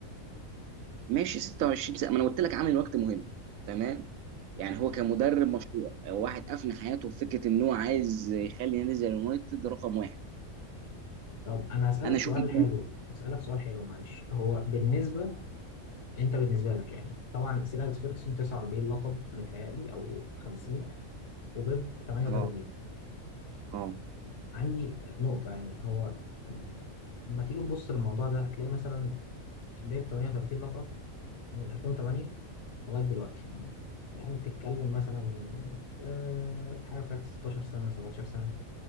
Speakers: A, on the right; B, on the left.
A: ماشي 26 سنه ما انا قلت لك عامل وقت مهم تمام يعني هو كمدرب مشروع واحد افنى حياته في فكره ان هو عايز يخلي نادي زي اليونايتد رقم واحد
B: طب انا هسالك
A: انا اشوف
B: سؤال
A: ان
B: حلو هسالك سؤال حلو معلش هو بالنسبه انت بالنسبه لك يعني طبعا سير اليكس فيرجسون 49 لقب متهيألي او 50 وبيب 38
A: اه اه
B: عندي نقطه يعني هو لما تيجي تبص للموضوع ده هتلاقي مثلا بيب 38 لقب من 2008 لغايه دلوقتي يعني بتتكلم مثلا آه، حاجه بتاعت 16 سنه 17